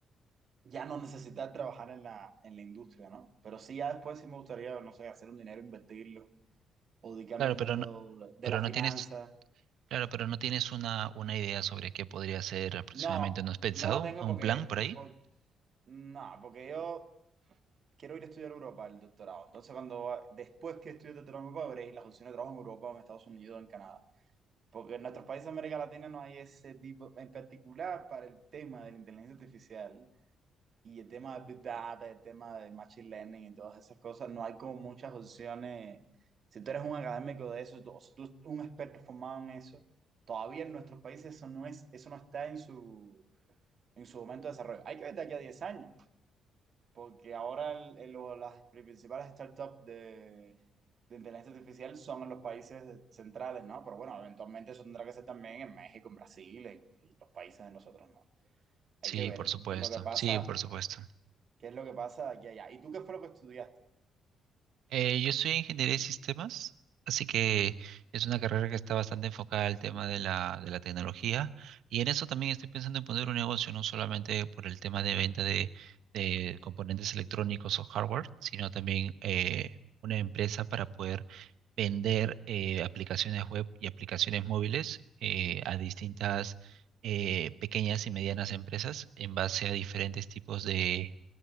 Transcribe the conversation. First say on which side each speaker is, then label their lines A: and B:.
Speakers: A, on the right; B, on the right.
A: ya no necesitar trabajar en la, en la industria, ¿no? Pero sí, ya después sí me gustaría, no sé, hacer un dinero, invertirlo, o dedicarme
B: Claro,
A: al mundo
B: pero no,
A: de, de
B: pero
A: las
B: no
A: finanzas.
B: tienes Claro, pero ¿no tienes una, una idea sobre qué podría ser aproximadamente?
A: No,
B: ¿No has pensado
A: no la tengo
B: un
A: porque,
B: plan por ahí?
A: por- no, porque yo quiero ir a estudiar a Europa el doctorado. Entonces, cuando va- después que estudie el doctorado me Europa, veré las opciones de trabajo en Europa, o en Estados Unidos, o en Canadá. Porque en nuestros países de América Latina no hay ese tipo, en particular para el tema de la inteligencia artificial Y el tema de Big Data, el tema de Machine Learning y todas esas cosas, no hay como muchas opciones. Si tú eres un académico de eso, tú- o si tú eres un experto formado en eso, todavía en nuestros países eso no es, eso no está en su, en su momento de desarrollo. Hay que ver de aquí a 10 años, porque ahora el- el- lo- las principales startups de, de inteligencia artificial son en los países de- centrales, ¿no? Pero bueno, eventualmente eso tendrá que ser también en México, en Brasil, en, en los países de nosotros, ¿no? Hay
B: Sí,
A: que ver
B: por supuesto.
A: qué es lo que pasa
B: Sí, por supuesto.
A: ¿Qué es lo que pasa de aquí a allá? ¿Y tú qué fue lo que estudiaste?
B: Eh, yo soy ingeniería de sistemas, así que es una carrera que está bastante enfocada al tema de la, de la tecnología y en eso también estoy pensando en poner un negocio, no solamente por el tema de venta de, de componentes electrónicos o hardware, sino también eh, una empresa para poder vender eh, aplicaciones web y aplicaciones móviles eh, a distintas eh, pequeñas y medianas empresas en base a diferentes tipos de